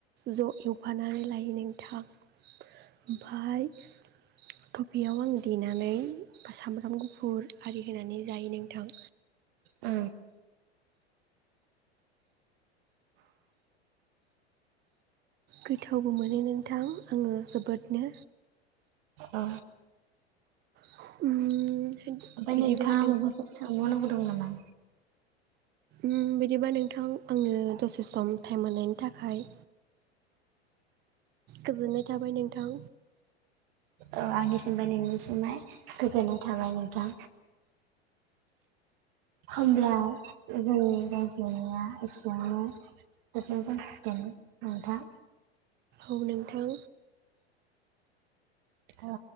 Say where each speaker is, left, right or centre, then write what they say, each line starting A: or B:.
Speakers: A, on the right (about 30°); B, on the right (about 55°).
A: ज' एवफानानै लायो नोंथां। ओमफाय थपफियाव आं देनानै सामब्राम गुफुर आरि होनानै जायो नोंथां।
B: ओ
A: गोथावबो मोनो नोंथां आङो जोबोदनो।
B: औ
A: उम
B: ओमफाय
A: बिदिबा
B: नोंथाङा
A: नों
B: मबाफोर सोंबावनांगौ दं नामा?
A: ओम बिदिबा नोंथां आंनो दसे सम टाइम होननायनि थाखाय गोजोननाय थाबाय नोंथां।
B: औ आंनिसिमबो नोंनिसिमहाय गोजोननाय थाबाय नोंथां। होमब्ला जोंनि रायज्लायनाया एसेयावनो दोनथनाय जासिगोन नोंथां।
A: औ नोंथां।
B: औ।